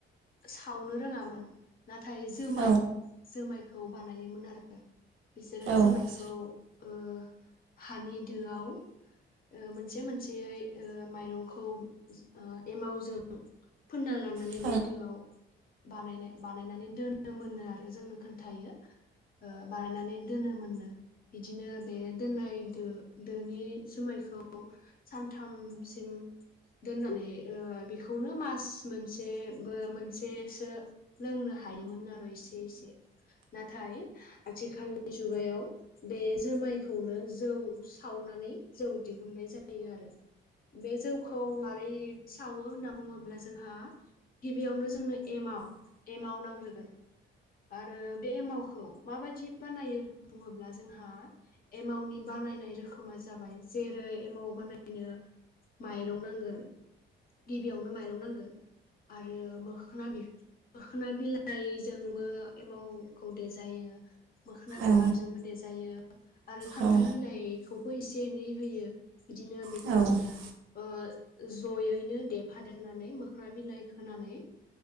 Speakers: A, on the left; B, on the right.
A: सावनो रोङामोन नाथाय जोमाय
B: औ
A: जोमाय खौ बानायोमोन आरो बिसोरो
B: औ
A: जोमायखौ
B: औ
A: ओ हानि दोआव ओ मोनसे मोनसेयै ओ माइरंखौ जो ओ एमावजों फोनना लानानै
B: औ
A: बे दोआव बानायनाय बानायनानै दोनोमोननो आरो जोंनो खोन्थायो ओ बानायनानै दोनोमोननो बिदिनो बे दोननाय दो दोनि जुमायखौ सानथाम सिम दोननानै ओ बे खौनो मास मोनसे बो मोनसे सो लोंनो हायोमोननो आरो एसे एसे नाथाय आथिखालनि बि जुगायाव बे जोमायखौनो जौ सावनानै जौ दिहुन्नाय जायो आरो। बे जौखौ मारै खावो होन्ना बुङोब्ला जोंहा गिबियावनो जोंनो एमाव एमाव नांग्रोगोन। आरो बे एमावखौ माबादि बानायो होन <unintelligible> बुङोब्ला जोंहा एमाउनि बानायनाय रोखोमा जाबाय जेरै एमाव बानायनो माइरं नांगोन। गिबियावनो माइरं नांगोन। आरो मोखोना बि मोखोना बिलाइजों बो एमावखौ देजायो। मोखोना बिबारजोंबो
B: औ
A: देजायो। आरो खान्थाल
B: औ औ
A: बिलाइ खौबो एसे एनै होयो। बिदिनो बेखौ
B: सानथाम
A: ओ जयैनो देफादेरनानै मोखोना बिलाइ होनानै